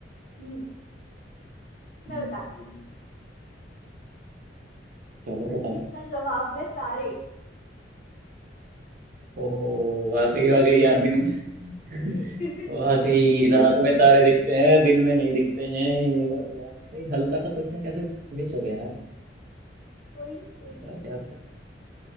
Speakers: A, on the left (about 50°); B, on the right (about 50°).
A: हम्म मैं
B: हम्म,
A: बताती हूँ
B: चलो बताओ
A: इसका जवाब है तारे
B: ओ वाकई वाकई यार दिन में
A: <laughs>
B: <laughs> वाकई रात में तारे दिखते हैं दिन में नहीं दिखते हैं यार यार कहीं हल्का सा क्वेश्चन कैसे मिस हो गया यार
A: कोई नहीं कोई नहीं
B: गजब